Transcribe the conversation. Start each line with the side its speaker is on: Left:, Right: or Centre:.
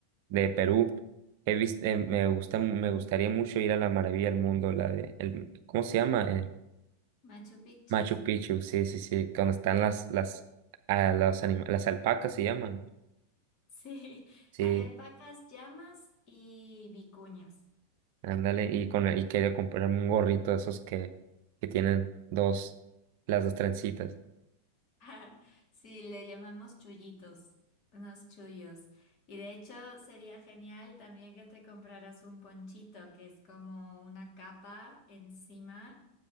Right: de Perú, he visto, me gusta, me gustaría mucho ir a la maravilla del mundo, la de, el, ¿cómo se llama? El
Left: Machu Picchu.
Right: Machu Picchu, sí, sí, sí, cuando están las, las, a los anima- las alpacas se llaman,
Left: Sí, <laughs>
Right: sí,
Left: hay alpacas, llamas y vicuñas.
Right: ándale, y con, y quería comprar un gorrito de esos que, que tienen dos, las dos trencitas.
Left: <laughs> Sí, le llamamos chullitos, unos chullos. Y de hecho sería genial también que te compraras un ponchito, que es como una capa encima